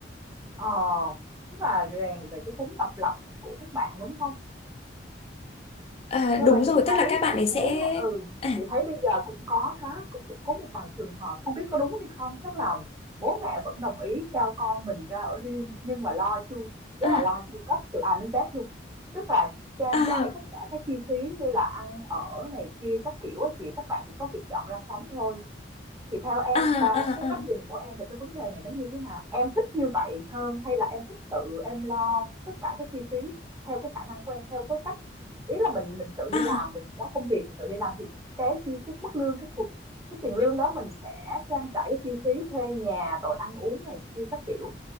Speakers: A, on the right (about 15°); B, on the left (about 35°).
A: ờ tức là rèn về cái tính độc lập của các bạn đúng không
B: à,
A: nhưng
B: đúng
A: mà chị
B: rồi
A: thấy
B: tức là các bạn
A: chị
B: ấy sẽ
A: thấy ừ
B: à,
A: chị thấy bây giờ cũng có cái cũng cũng có một vài trường hợp không biết có đúng hay không tức là bố mẹ vẫn đồng ý cho con mình ra ở riêng nhưng mà lo chu tức
B: à,
A: là lo chu cấp từ A đến Z luôn tức là trang
B: à,
A: trải tất cả các chi phí như là ăn ở này kia các kiểu á chị các bạn chỉ có việc dọn ra sống thôi thì theo em
B: à, à,
A: cái cái góc
B: à,
A: nhìn của em về cái vấn đề này nó như thế nào? Em thích như vậy hơn hay là em thích tự em lo tất cả các chi phí theo cái khả năng của em theo cái cách ý là mình mình tự đi
B: à, à.
A: làm mình có công việc mình tự đi làm thì cái chi cái mức lương cái phụ- cái tiền lương đó mình sẽ trang trải cái chi phí thuê nhà rồi ăn uống này kia các kiểu